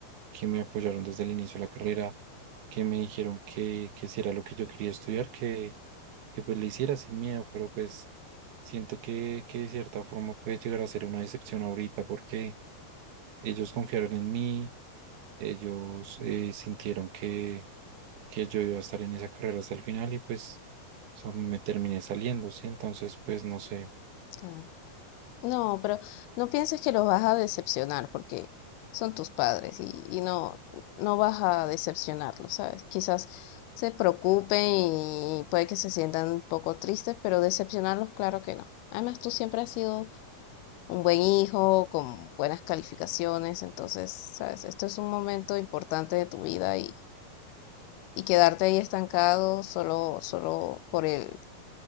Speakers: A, on the right; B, on the left.
A: que me apoyaron desde el inicio de la carrera, que me dijeron que, que si era lo que yo quería estudiar, que, que pues le hiciera sin miedo, pero pues siento que, que de cierta forma puede llegar a ser una decepción ahorita porque ellos confiaron en mí, ellos eh, sintieron que que yo iba a estar en esa carrera hasta el final y pues, o sea, me terminé saliendo, ¿sí? Entonces, pues no sé,
B: Claro. No, pero no pienses que los vas a decepcionar porque son tus padres y, y no, no vas a decepcionarlos, ¿sabes? Quizás se preocupen y puede que se sientan un poco tristes, pero decepcionarlos, claro que no. Además, tú siempre has sido un buen hijo, con buenas calificaciones. Entonces, sabes, esto es un momento importante de tu vida y, y quedarte ahí estancado solo, solo por el,